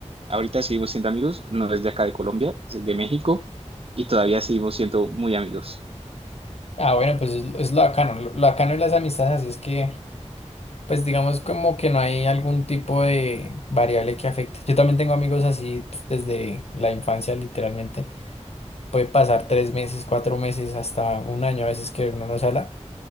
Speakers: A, on the right; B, on the left.
A: Ahorita seguimos siendo amigos, no es de acá de Colombia, es de México y todavía seguimos siendo muy amigos.
B: Ah, bueno, pues es, es lo bacano. Lo, lo bacano de las amistades, así es que, pues digamos como que no hay algún tipo de variable que afecte. Yo también tengo amigos así pf, desde la infancia, literalmente. Puede pasar tres meses, cuatro meses, hasta un año a veces que uno no se habla,